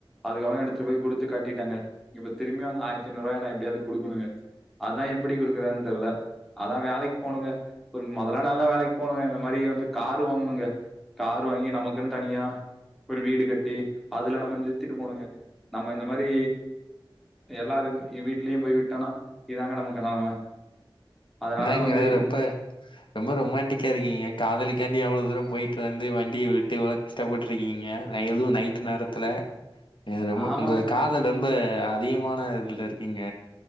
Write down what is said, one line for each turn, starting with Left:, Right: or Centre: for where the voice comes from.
Centre: அதுக்கவனே எடுத்து போய் குடுத்து காட்டிட்டேங்க இப்ப திரும்பியு ஆயிரத்து ஐநூ ரூபாய எப்படியாவது குடுக்கணுங்க அதா எப்டி குடுக்குறாங்கன்னு தெர்ல அதா வேலைக்கு போணுங்க ஒரு மொதெல்ல நல்லா வேலைக்கு போணுங்க இந்த மாரி வந்து காரு வாங்கணுங்க காரு வாங்கி நமக்குன்னு தனியா ஒரு வீடு கட்டி அதுல நம்ம நிறுத்திட்டு போணுங்க நம்ம இந்த மாரி எல்லாரு வீட்லயு போய் விட்டோனா இதாங்க நமக்கு நிலம அதனால
Left: என்னங்க
Centre: வந்து இ
Left: ரொம்ப ரொம்ப ரொமண்டிக்கா இருக்கிங்க காதலிக்காண்டி எவ்ளோ தூரோ போயிட்டு வந்து வண்டிய விட்டு உ கஷ்டப்பட்டு இருக்கீங்க எதுவு நைட்டு நேரத்துல ஏ ரொம்ப
Centre: ஆமாங்க,
Left: ஒங்க காதல் ரொம்ப அதிகமான இதுல இருக்கீங்க